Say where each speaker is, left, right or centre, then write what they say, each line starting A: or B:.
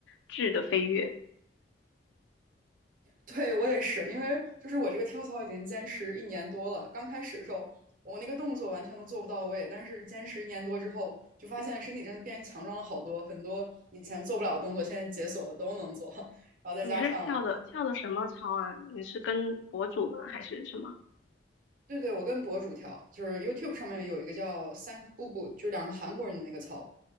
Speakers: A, on the left (about 75°); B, on the right (about 50°).
A: 质的飞跃。
B: 对，我也是，因为就是我这个跳操已经坚持一年多了。刚开始的时候，我那个动作完全都做不到位，但是坚持一年多之后，就发现身体真的变强壮了好多，很多以前做不了的动作，现在解锁了都能做。然后再加上，
A: 你是跳的跳的什么操啊？你是跟博主吗？还是什么？
B: 对对，我跟博主跳，就是 YouTube 上面有一个叫三步步，就是两个韩国人的那个操，